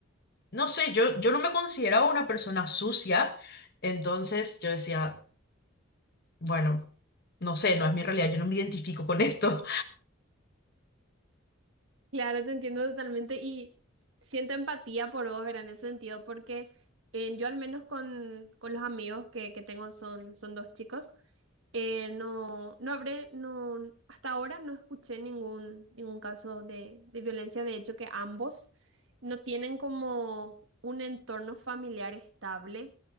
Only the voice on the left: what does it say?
no sé, yo, yo no me consideraba una persona sucia, entonces yo decía, bueno, no sé, no es mi realidad, yo no me identifico con esto.